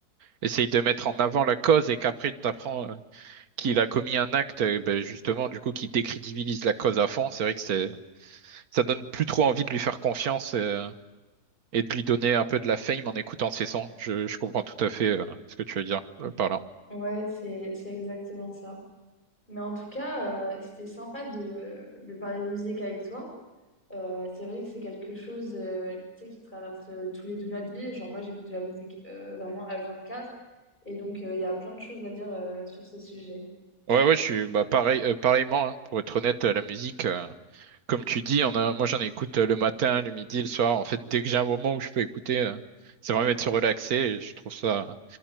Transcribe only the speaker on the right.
essaye de mettre en avant la cause et qu'après tu t'apprends euh, qu'il a commis un acte, euh, ben, justement, du coup, qui décrédibilise la cause à fond, c'est vrai que c'est, ça donne plus trop envie de lui faire confiance. euh, et de lui donner un peu de la fame en écoutant ses sons. Je, je comprends tout à fait euh, ce que tu veux dire euh, par là.
Ouais, ouais, je suis bah, pareil, euh, pareillement, hein. pour être honnête, euh, la musique, euh, comme tu dis, on a, moi j'en écoute euh, le matin, le midi, le soir. En fait, dès que j'ai un moment où je peux écouter, euh, ça va me mettre relaxé et je trouve ça,